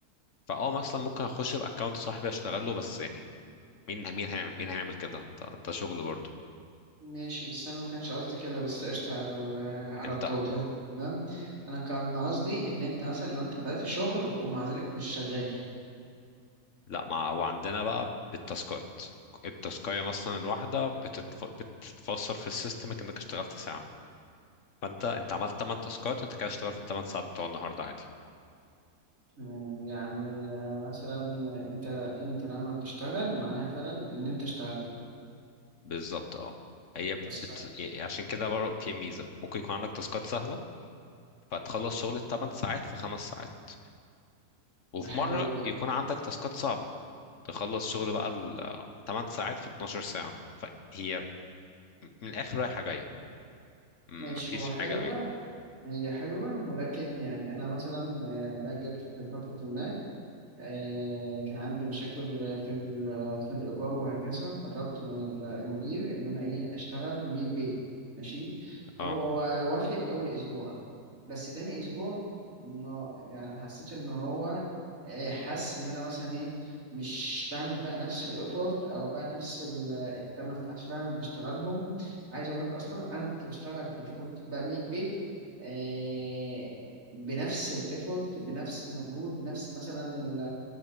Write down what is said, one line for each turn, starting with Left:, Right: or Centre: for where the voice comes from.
Left: فاه مثلا ممكن اخش باكونت صاحبي اشتغل له بس يعني مين مين هيعمل مين هيعمل كده انت ده شغل برضو
Right: ماشي بس انا ما كانش قصدي كده بس قشطة على ال- على
Left: انت
Right: التوضيح ده، تمام انا كان قصدي ان انت مثلا لو انت بدأت شغل ومع ذلك مش شغال
Left: لا ما هو عندنا بقى بالتاسكات التاسكايه مثلا الواحده بتتف... بتتفسر في السيستم انك اشتغلت ساعه فانت انت عملت 8 تاسكات انت كده اشتغلت 8 ساعات بتوع النهارده عادي
Right: تمام يعني مثلا انت انت لما بتشتغل معناها فعلا ان انت اشتغلت
Left: بالظبط اه هي بت...
Right: بس
Left: بت- عشان كده برضه في ميزه ممكن يكون عندك تاسكات سهله فتخلص شغل الثمان ساعات في خمس ساعات وفي
Right: ده حلو
Left: مرة
Right: قوي ده
Left: يكون عندك تاسكات صعبة تخلص شغل بقى الثمان ساعات في 12 ساعة فهي من الآخر رايحة جاية مفيش
Right: ماشي هو حلوة
Left: حاجة قوي
Right: هي حلوة ولكن يعني انا مثلا آه، باجي في فترة ما آه، كان عندي مشاكل في ال- في الإيجار وهكذا فطلبت من ال- المدير إن أنا إيه أشتغل من البيت ماشي فهو
Left: اه
Right: وافق أول أسبوع بس تاني أسبوع ما يعني حسيت إن هو آه، حس إن أنا مثلا إيه مش بعمل بقى نفس الإيفورت أو بقى نفس ال- التمن ساعات فعلا بشتغلهم عايز أقول لك أصلا أنا كنت بشتغل في الفترة دي بقى من البيت آه، بنفس الايفورت بنفس المجهود بنفس مثلا ال-